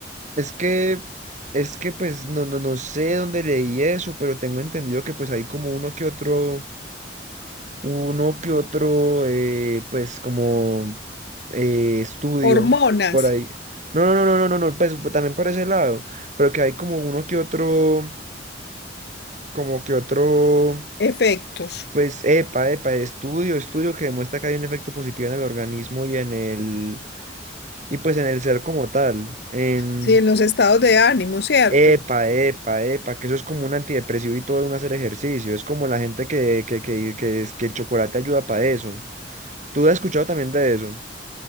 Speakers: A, on the right; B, on the left.
A: Es que, es que pues no, no, no sé dónde leí eso, pero tengo entendido que pues hay como uno que otro, uno que otro, eh, pues como eh, estudio
B: Hormonas,
A: por ahí. No, no, no, no, no, no, no, pues también por ese lado, pero que hay como uno que otro, como que otro,
B: efectos.
A: pues epa, epa, estudio, estudio que demuestra que hay un efecto positivo en el organismo y en el, y pues en el ser como tal, en...
B: Sí, en los estados de ánimo, ¿cierto?
A: Epa, epa, epa, que eso es como un antidepresivo y todo uno hacer ejercicio. Es como la gente que, que, que, que, es- que el chocolate ayuda para eso. ¿Tú has escuchado también de eso?